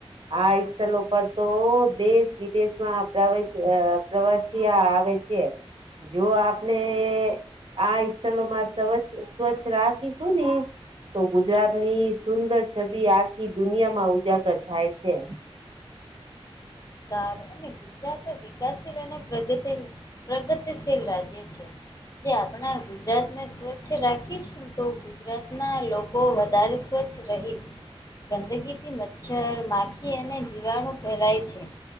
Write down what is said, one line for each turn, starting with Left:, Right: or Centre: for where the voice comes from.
Right: આ સ્થળ પર તો દેશ વિદેશમાં પ્રવેશ પ્રવાસ આવે છે, જો આપણે આ સ્થળમાં સ્વચ્છ સ્વચ્છ રાખીશું ને. તો ગુજરાત ની સુંદર છબી આખી દુનિયા માં ઉજાગર થાય છે.
Left: સાર અને ગુજરાત વિકાસશીલ અને પ્રગતિ પ્રગતિશીલ રાજ્ય છે. જે આપણા ગુજરાતને સ્વચ્છ રાખીશું. તો ગુજરાતના લોકો વધારે સ્વચ્છ રહીશ. ગંદગીથી મચ્છર માખી અને જીવાણું ફેલાય છે.